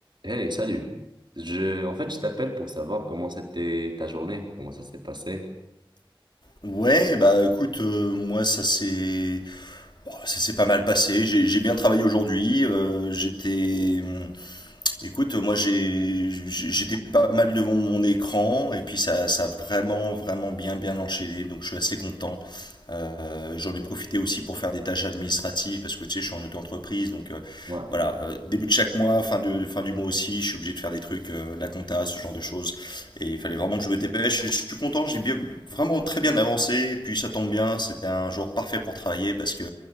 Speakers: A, on the right; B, on the left.
A: Hey, salut. Je, en fait, je t'appelle pour savoir comment c'était ta journée, comment ça s'est passé.
B: Ouais, bah écoute, euh, moi ça s'est oh, ça s'est pas mal passé. J'ai j'ai bien travaillé aujourd'hui. euh, j'étais Écoute, moi j'ai j'étais pas mal devant mon écran et puis ça, ça a vraiment vraiment bien bien enchaîné donc je suis assez content. Euh, j'en ai profité aussi pour faire des tâches administratives parce que tu sais je suis en auto-entreprise donc euh,
A: Ouais,
B: voilà euh, début de chaque mois fin de fin du mois aussi je suis obligé de faire des trucs euh, de la compta ce genre de choses et il fallait vraiment que je me dépêche. Je suis content j'ai bien vraiment très bien avancé et puis ça tombe bien c'était un jour parfait pour travailler parce que